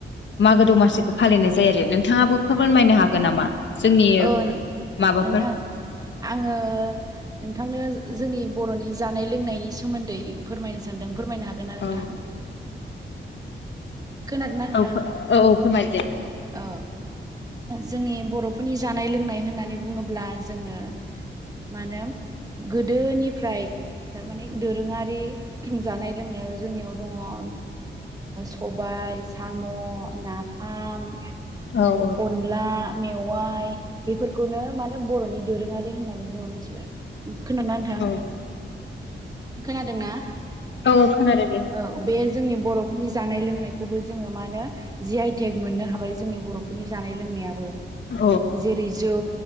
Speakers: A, on the left (about 70°); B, on the right (about 20°).
A: मागो दमासिखौ फालिनाय जायो आरो नोंथाङाबो फोर फोरमायनो हागोन नामा जोंनि
B: औ नोंथां
A: माबाफोर
B: आङो नोंथांनो जोंनि बर'नि जानाय लोंनायनि सोमोन्दै फोरमायनो सानदों फोरमायनो हागोन ना
A: औ
B: नोंथां खोनादोंना नोंथां
A: औ औ औ फोरमाय दे
B: औ जोंनि बर'फोरनि जानाय लोंनाय होननानै बुङोब्ला जोङो मा होनो गोदोनिफ्राय थारमाने दोरोङारि जानाय लोंनायाव जोंनियाव दङ ओ सबाइ साम' नाफाम
A: औ औ
B: अनला मेवाइ बेफोरखौनो मानो बर'नि दोरोङारि होननानै बुङो मिथिबाय खोनादों ना नोंथां
A: औ
B: खोनादों ना
A: औ खोनादों दे
B: औ बे जोंनि बर'फोरनि जानाय लोंनायखौबो जोङो मा नो जि आइ थेग मोननो हाबाय जोंनि बर'फोरनि जानाय लों नायाबो
A: औ
B: जेरै जौ